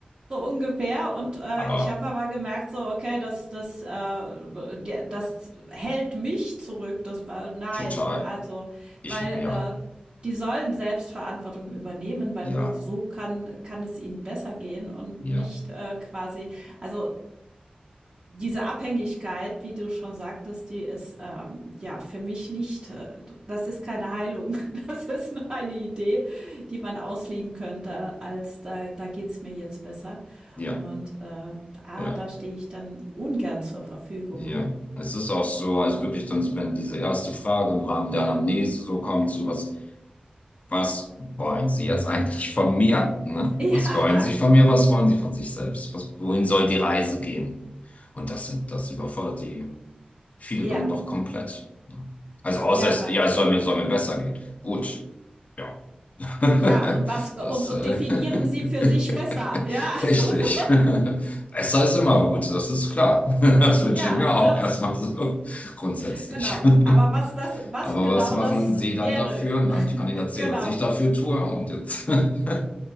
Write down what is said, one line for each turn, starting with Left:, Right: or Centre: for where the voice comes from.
Right: so ungefähr. Und äh,
Left: Aber
Right: ich habe aber gemerkt, so, okay, das, das, äh, der- das hält mich zurück. Das war, nein,
Left: total.
Right: also,
Left: Ich,
Right: weil
Left: ja,
Right: äh, die sollen Selbstverantwortung übernehmen, weil
Left: ja,
Right: nur so kann, kann es ihnen besser gehen und
Left: ja,
Right: nicht äh, quasi, also diese Abhängigkeit, wie du schon sagtest, die ist ähm, ja für mich nicht, äh, das ist keine Heilung. <laughs> Das ist nur eine Idee, die man auslegen könnte, als da, da geht's mir jetzt besser.
Left: ja,
Right: Und äh, da,
Left: ja,
Right: da stehe ich dann ungern zur Verfügung.
Left: ja. Es ist auch so, also wirklich dann so, wenn diese erste Frage im Rahmen der Anamnese so kommt, so was Was wollen Sie jetzt eigentlich von mir? Ne?
Right: <laughs>
Left: Was
Right: Ja,
Left: wollen Sie von mir? Was wollen Sie von sich selbst? Was, wohin soll die Reise gehen? Und das, sind- das überfordert die viele
Right: ja,
Left: dann doch komplett. Ne? Also außer
Right: ja,
Left: es,
Right: wa-
Left: ja, es soll mir, soll mir besser gehen. Gut, ja. <laughs>
Right: ja, und was,
Left: Das,
Right: und, und
Left: äh,
Right: definieren
Left: <laughs>
Right: sie für sich besser. Ja, <laughs> also
Left: richtig.
Right: so.
Left: <laughs> Besser ist immer gut, das ist klar. <laughs> Das wünsche
Right: Ja,
Left: ich mir auch
Right: ne,
Left: erstmal so grundsätzlich.
Right: genau.
Left: <laughs>
Right: Aber was
Left: Ja.
Right: das, was
Left: Aber
Right: genau
Left: was machen
Right: das
Left: Sie dann
Right: wäre,
Left: dafür? Na, ich kann Ihnen erzählen,
Right: genau,
Left: was ich dafür tue und jetzt <laughs>